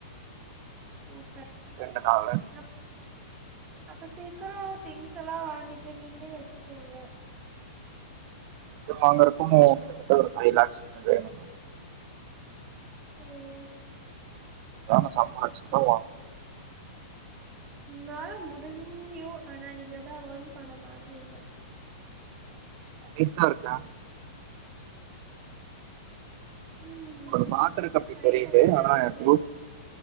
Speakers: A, on the right; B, on the right.
A: சூப்பர்
B: ரெண்டு நாள்
A: அ அப்ப சீக்கிரம் திங்ஸ் எல்லாம் வாங்கிட்டு நீங்களே வச்சுக்கோங்க
B: வாங்க இருக்க கிட்டத்தட்ட ஒரு ஃபைவ் லாக்ஸ் கிட்ட வேணும்
A: ம்
B: அதான சம்பாதிச்சுதான் வாங்கணும்.
A: உங்களால முடிஞ்சும் ஆனா நீங்க தான் ஏர்ன் பண்ண மாட்டறீங்க
B: பண்ணிட்டு தான் இருக்க
A: ம்
B: உங்களுக்கு பாக்குறதுக்கு அப்படி
A: ட்ரை
B: தெரியுது
A: பண்ணுங்க
B: ஆனா
A: ஆல் தி
B: என்
A: பெஸ்ட்